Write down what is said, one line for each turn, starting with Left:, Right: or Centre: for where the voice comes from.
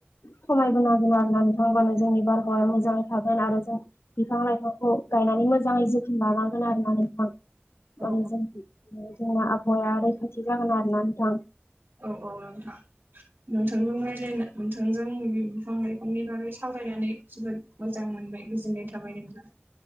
Left: खमायबोनांगोन आरो ना नोंथांबानो जोंनि बारहावाया मोजाङै थागोन आरो जों बिफां लाइफांखौ गायनानै मोजाङै जोथोन लानांगोन आरो ना नोंथां।
Right: औ
Left: आरो जों जोंना आबहावाया रैखाथि जागोन आरोना नोंथां
Right: औ औ नोंथां नोंथांजोंहाय नायनो नोंथांजों बिफां लाइफांनि बागै सावरायनानै जोबोद मोजां मोनबाय गोजोननाय थाबाय नोंथां